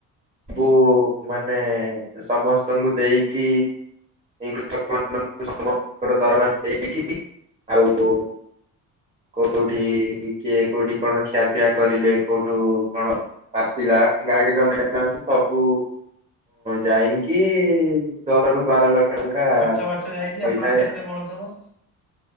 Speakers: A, on the right; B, in the centre.
A: ବୁ ଉ ମାନେ ସମସ୍ତଙ୍କୁ ଦେଇକିୃକ ମାନଙ୍କୁ ସମସ୍ତଙ୍କର ଦରମା ଦେଇକି ଆଉ କୋଉଠି କିଏ କୋଉଠି କଣ ଖିଆପିଆ କରିଲେ କୋଉଠୁ କଣ ଆସିଲା ଗାଡିର ମେସ ସବୁ ଯାଇକି ଦଶ ରୁ ବାର ଲକ୍ଷ ଟଙ୍କା
B: ଖର୍ଚ୍ଚ ବାର୍ଚ୍ଚ ଯାଇକି
A: ହୋଇଥାଏ
B: ଆପଣ କେତେ
A: ଆଉ
B: ବଳୁଥିବା